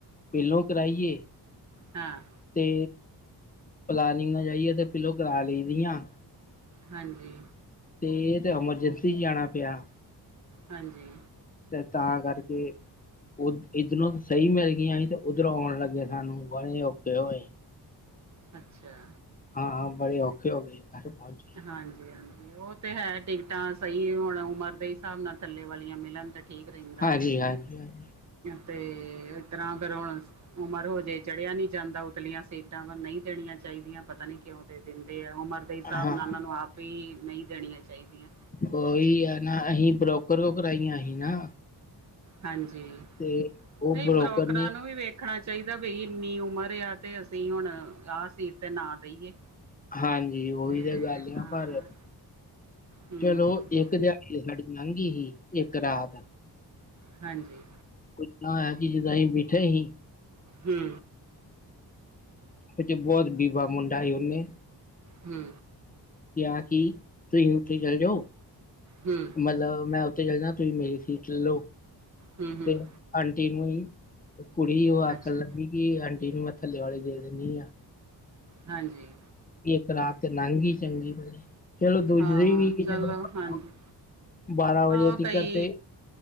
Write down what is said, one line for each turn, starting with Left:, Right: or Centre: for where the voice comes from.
Left: ਪੇਲੋਂ ਕਰਾਈਏ
Right: ਹਾਂ।
Left: ਤੇ ਪਲਾਨਿੰਗ ਨਾ ਜਾਈਏ ਤੇ ਪੀਲੋ ਕਰਾ ਲਈ ਦੀਆ।
Right: ਹਾਂਜੀ।
Left: ਤੇ ਏ ਤਾਂ ਐਮਰਜੈਂਸੀ ਜਾਣਾ ਪਿਆ।
Right: ਹਾਂਜੀ।
Left: ਤੇ ਤਾਂ ਕਰਕੇ ਓ ਇੱਧਰੋਂ ਸਈ ਮਿਲ ਗਈਆਂ ਸੀ ਤੇ ਉੱਧਰੋਂ ਓਣ ਲੱਗੇ ਸਾਨੂੰ ਬਾਲੇ ਔਖੇ ਹੋਏ।
Right: ਅੱਛਾ
Left: ਹਾਂ ਬੜੇ ਔਖੇ ਹੋ ਗਏ ਘਰ ਪਹੁੰਚੇ
Right: ਹਾਂਜੀ-ਹਾਂਜੀ ਓ ਤੇ ਹੈ ਟਿਕਟਾਂ ਸਈ ਹੁਣ ਉਮਰ ਦੇ ਹਿਸਾਬ ਨਾਲ ਥੱਲੇ ਵਾਲੀਆਂ ਮਿਲਣ ਤੇ ਠੀਕ ਰੈਂਦਾ
Left: ਹਾਂਜੀ ਹਾਂਜੀ ਹਾਂਜੀ।
Right: ਤੇ ਇਤਰ੍ਹਾਂ ਫੇਰ ਹੁਣ ਉਮਰ ਹੋਜੇ ਚੜਿਆ ਨੀ ਜਾਂਦਾ ਉਤਲੀਆਂ ਸੀਟਾਂ ਪਰ ਨਈ ਦੇਣੀਆਂ ਚਾਈਦੀਆਂ ਪਤਾ ਨੀ ਕਿਉਂ ਦੇ ਦਿੰਦੇ ਆ ਉਮਰ ਦੇ ਹਿਸਾਬ
Left: ਹਾਂ
Right: ਨਾ-ਨਾ ਉਨਾਂ ਨੂੰ ਆਪ ਈ ਨਈ ਦੇਣੀਆਂ ਚਾਈਦੀਆਂ।
Left: ਕੋਈ ਆ ਨਾ ਅਸੀਂ ਬਰੋਕਰ <unintelligible> ਕਰਾਈਆਂ ਹੀ ਨਾ।
Right: ਹਾਂਜੀ
Left: ਤੇ ਉਹ
Right: ਨਈ
Left: ਬਰੋਕਰ
Right: ਬਰੋਕਰਾਂ
Left: ਨੇ
Right: ਨੂੰ ਵੀ ਵੇ ਖਣਾ ਚਾਈਦਾ ਵੀ ਇੰਨੀ ਉਮਰ ਆ ਤੇ ਅਸੀਂ ਹੁਣ ਆ ਸੀਟ ਤੇ ਨਾ ਦੇਈਏ।
Left: ਹਾਂਜੀ ਓਹੀ
Right: ਤੇ
Left: ਤਾਂ ਗੱਲ
Right: ਹਾਂ
Left: ਆ ਪਰ
Right: ਹੂੰ
Left: ਚਲੋ ਇੱਕ ਇੱਕ ਦਿਹਾੜੀ ਸਾਡੀ ਲੰਘੀ ਸੀ ਇੱਕ ਰਾਤ
Right: ਹਾਂਜੀ।
Left: ਪੁੱਛਣਾ ਹੋਇਆ ਕੀ ਜਿੱਦਾਂ ਅਸੀਂ ਬੈਠੇ ਹੀ
Right: ਹੂੰ।
Left: ਵਿਚੇ ਬੋਤ ਬੀਬਾ ਮੁੰਡਾ ਸੀ ਉਨੇ
Right: ਹੂੰ।
Left: ਕਿਆ ਕੀ ਤੁਸੀਂ ਓਥੇ ਚੱਲਜੋ
Right: ਹੂਏ।
Left: ਮਤਲਬ ਮੈਂ ਉੱਥੇ ਚਲ ਜਾ, ਤੁਸੀਂ ਮੇਰੀ ਸੀਟ ਲੱਲੋ
Right: ਹੂੰ, ਹੂੰ,
Left: ਤੇ ਅੰਟੀ ਨੂੰ ਹੀ ਕੁੜੀ ਉਹ ਆਖਣ
Right: ਅੱਛਾ,
Left: ਲੱਗੀ ਕਿ ਅੰਟੀ ਨੂੰ ਮੈਂ ਥੱਲੇ ਵਾਲੀ ਦੇ ਦਿੰਨੀ ਆ।
Right: ਹਾਂਜੀ।
Left: ਇੱਕ ਰਾਤ ਤੇ ਲੰਘ ਗਈ ਚੰਗੀ ਭਲੀ। ਚਲੋ ਦੂਜੀ
Right: ਹਾਂ,
Left: ਵੀ ਕਿ ਚਲੋ
Right: ਹਾਂਜੀ,
Left: <inaudible> ਬਾਰਾਂ ਵਜੇ
Right: ਉਹ
Left: ਤੀਕਰ
Right: ਕਈ
Left: ਤੇ